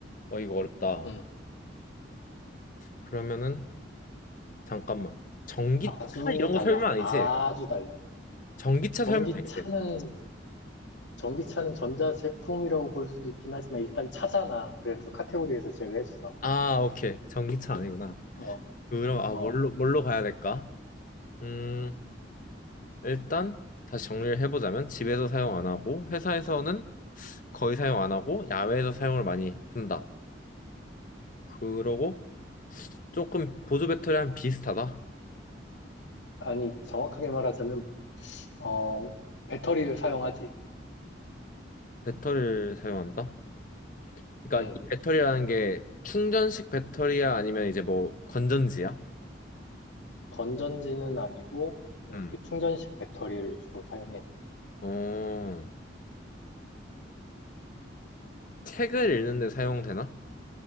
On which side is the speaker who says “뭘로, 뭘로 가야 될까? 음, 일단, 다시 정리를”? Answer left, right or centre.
Left